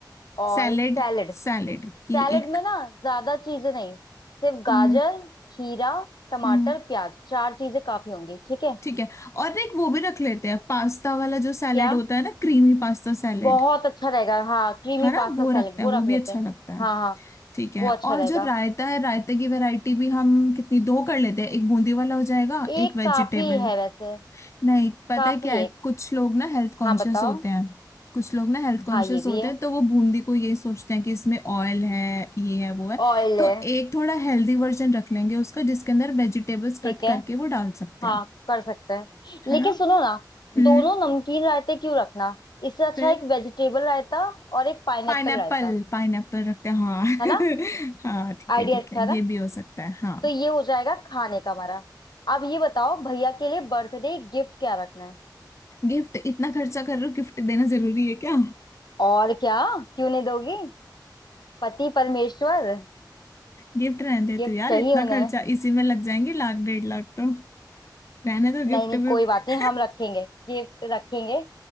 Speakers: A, on the left (about 70°); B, on the left (about 40°).
A: और
B: सैलेड
A: सैलेड
B: सैलेड ये
A: सैलेड
B: एक
A: में ना ज्यादा चीजें नहीं सिर्फ गाजर
B: हम्म
A: खीरा टमाटर
B: हम्म
A: प्याज चार चीजें काफी होंगी ठीक है
B: ठीक है और ना एक वो भी रख लेते हैं पास्ता वाला जो सैलेड
A: क्या
B: होता है ना क्रीमी पास्ता सैलेड
A: बहुत अच्छा रहेगा हाँ क्रीमी
B: है ना
A: पास्ता
B: वो
A: सैलेड
B: रखते
A: वो
B: हैं वो
A: रख
B: भी
A: लेते
B: अच्छा
A: हैं
B: लगता है
A: हाँ हाँ
B: ठीक है
A: वो अच्छा
B: और
A: रहेगा
B: जो रायता है रायते की वैरायटी भी हम कितनी दो कर लेते हैं एक बूंदी वाला हो जाएगा
A: एक
B: एक वेजिटेबल
A: काफी है वैसे
B: नहीं पता
A: काफी
B: है क्या है
A: एक
B: कुछ लोग ना हेल्थ कॉन्शियस
A: हाँ बताओ
B: होते हैं कुछ लोग ना हेल्थ कॉन्शियस
A: हाँ ये भी
B: होते
A: है
B: हैं तो वो बूंदी को ये सोचते हैं कि इसमें ऑयल है ये है वो है
A: ऑयल
B: तो
A: है
B: एक थोड़ा हेल्दी वर्जन रख लेंगे उसका जिसके अंदर वेजिटेबल्स
A: ठीक
B: कट
A: है
B: करके वो डाल सकते
A: हाँ
B: हैं
A: कर सकते हैं
B: है
A: लेकिन
B: ना
A: सुनो ना
B: हम्म
A: दोनों नमकीन रायते क्यों रखना इससे अच्छा
B: फिर
A: एक वेजिटेबल रायता और एक पाइनएप्पल
B: पाइनएप्पल
A: रायता
B: पाइनएप्पल रखते हैं हाँ
A: है ना
B: <laughs> हाँ ठीक
A: आइडिया
B: है ठीक
A: अच्छा
B: है
A: है ना
B: ये भी हो सकता है हाँ
A: तो ये हो जाएगा खाने का हमारा अब ये बताओ भैया के लिए बर्थडे गिफ्ट क्या रखना है
B: गिफ्ट इतना खर्चा कर रहे हो गिफ्ट देना जरूरी है क्या
A: और क्या क्यों नहीं दोगी पति परमेश्वर
B: गिफ्ट रहने दे
A: गिफ्ट
B: तू यार
A: चाहिए
B: इतना
A: उन्हें
B: खर्चा इसी में लग जाएंगे लाख डेढ़ लाख तो रहने दो गिफ्ट
A: नहीं नहीं
B: विफ्ट
A: कोई बात नहीं हम रखेंगे गिफ्ट रखेंगे